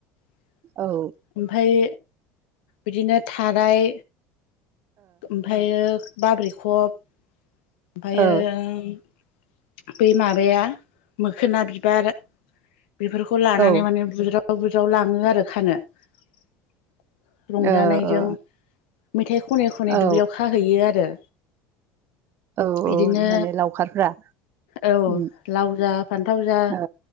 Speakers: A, on the left; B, on the right.
A: <inaudible>
B: औ ओ
A: ओमफाय बिदिनो थाराय ओमफायो बाब्रिखब ओमफायो
B: ओ औ
A: <unintelligible> बै माबाया मोखोना बिबार बेफोरखौ लानानै
B: ओ
A: माने बुज्राब <unintelligible> लाङो आरो खानो <inaudible>
B: ओ
A: रंजानायजों मेथाइ खनै खनै
B: औ
A: दुब्लियाव खाहैयो आरो
B: औ
A: बिदिनो
B: औ माने लावखारफ्रा
A: औ
B: उम
A: लाव जा फान्थाव जा
B: ओ